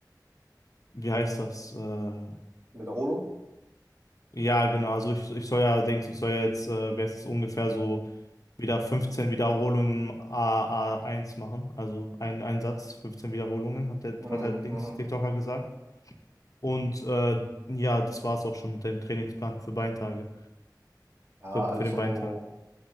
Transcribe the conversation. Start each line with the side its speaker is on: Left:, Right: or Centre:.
Left: wie heißt das? Äh,
Right: Wiederholung.
Left: ja, genau, also ich, ich soll ja, Dings, ich soll ja jetzt, äh, wer ist es ungefähr so, wieder 15 Wiederholungen A1 A A1 machen. Also ein, ein Satz, 15 Wiederholungen, hat der,
Right: Mhm,
Left: hat der Dings
Right: mhm.
Left: TikToker gesagt. Und äh, ja, das war es auch schon mit dem Trainingsplan für Beintage,
Right: Ja,
Left: für,
Right: also
Left: für den Beintag.